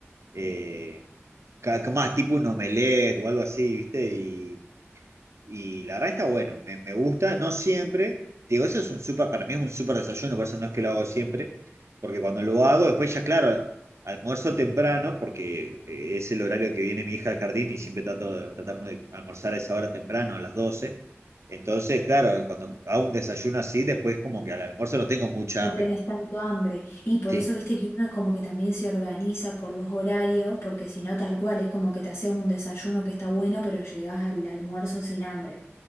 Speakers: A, on the right (about 80°); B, on the left (about 70°).
A: eh, ca- ca- más tipo un omelette o algo así, ¿viste? Y, y la verdad está bueno, me, me gusta, no siempre. Te Digo, eso es un súper, para mí es un súper desayuno, por eso no es que lo hago siempre, porque cuando lo hago, después ya, claro, almuerzo temprano, porque eh, es el horario que viene mi hija al jardín y siempre trato, de- tratamos de almorzar a esa hora temprano, a las doce Entonces, claro, cuando hago un desayuno así, después como que al almuerzo no tengo mucha
B: no
A: hambre.
B: tenés tanto hambre. Y por
A: sí
B: eso, viste que uno es como que también se organiza con los horarios, porque si no, tal cual, es como que te haces un desayuno que está bueno, pero llegás al almuerzo sin hambre.